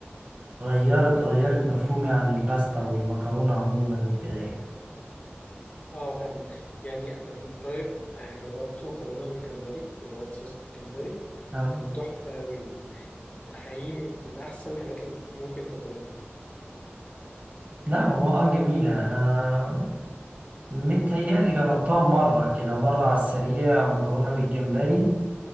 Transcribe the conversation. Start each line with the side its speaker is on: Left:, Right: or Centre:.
Right: غيرت غيرت مفهومي عن الباستا والمكرونة عموما وكده يعني
Left: اه فاهمك يعني أنا من قريب آه، جربت مكرونة بالجمبري بالوايت صوص بالجمبري
Right: اه
Left: كانت تحفة أوي يعني حقيقي من أحسن الحاجات اللي ممكن تاكلها
Right: لا ما هو اه جميلة انا متهيألي جربتها مرة كده مرة على السريع مكرونة بالجمبري